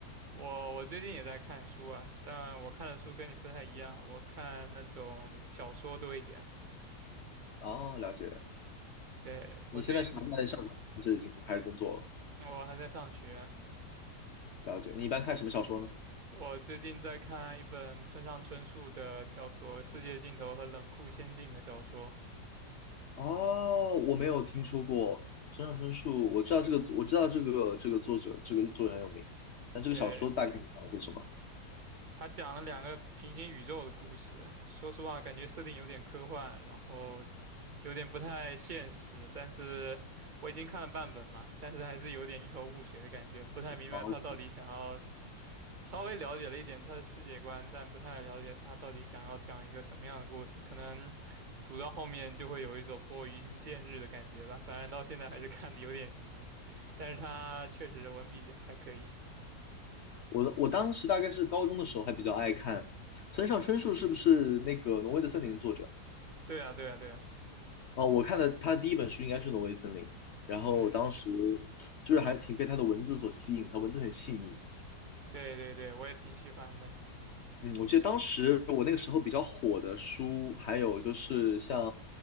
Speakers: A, on the right; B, on the left.
A: 我我最近也在看书啊，但我看的书跟你不太一样，我看那种小说多一点。
B: 哦，了解。
A: 对，
B: 你现在是还在上学，
A: 我最近在
B: 还是已经开始工作了？
A: 我还在上学，
B: 了解。你一般看什么小说呢？
A: 我最近在看一本村上春树的叫做《世界尽头和冷酷仙境》的小说。
B: 哦，我没有听说过村上春树，我知道这个，我知道这个这个作者，这个作者很有名，但这个小说大概讲些什么？
A: 对，他讲了两个平行宇宙的故事，说实话，感觉设定有点科幻，然后有点不太现实，但是我已经看了半本嘛，但是还是有点一头雾水的感觉，不太明白他到底想要，
B: 然后
A: 稍微了解了一点他的世界观，但不太了解他到底想要讲一个什么样的故事，可能读到后面就会有一种拨云见日的感觉吧，反正到现在还是看的有点迷，但是他确实文笔还可以。
B: 我我当时大概是高中的时候还比较爱看村上春树，是不是那个《挪威的森林》的作者？
A: 对啊，对啊，对啊，
B: 啊，我看的他的第一本书应该是《挪威森林》，然后当时
A: 嗯，
B: 就是还挺被他的文字所吸引，他文字很细腻。
A: 对对对，我也挺喜欢的
B: 嗯，我记得当时我那个时候比较火的书，还有就是像